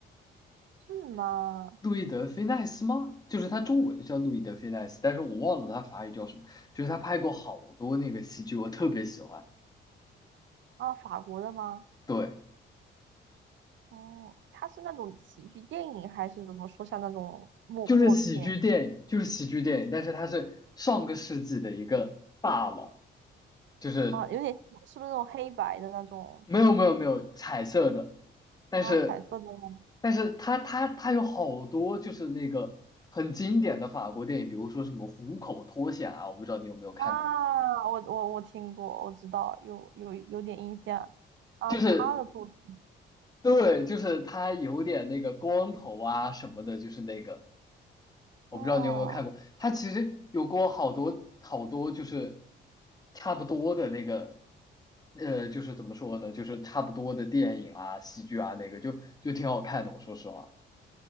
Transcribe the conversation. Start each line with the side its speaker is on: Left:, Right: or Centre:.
Right: 是吗？
Left: 路易德菲奈斯吗？就是他中文叫路易德菲奈斯，但是我忘了他法语叫什么。就是他拍过好多那个喜剧，我特别喜欢。
Right: 啊，法国的吗？
Left: 对，
Right: 哦、它是那种喜剧电影还是怎么说？像那种默默片
Left: 就是喜剧电影，就是喜剧电影，但是他是上个世纪的一个大佬，就是
Right: 啊，有点是不是那种黑白的那种
Left: 没有没有没有彩色的，但是
Right: 啊，彩色的吗？
Left: 但是他他他有好多就是那个很经典的法国电影，比如说什么《虎口脱险》啊，我不知道你有没有看过，
Right: 啊，我我我听过，我知道，有有有点印象啊，
Left: 就是
Right: 是他的作品
Left: 对，就是他有点那个光头啊什么的，就是那个，我不知道你有没有看过，
Right: 哦，
Left: 他其实有过好多好多就是差不多的那个，呃，就是怎么说呢，就是差不多的电影啊、喜剧啊，那个就就挺好看的。我说实话，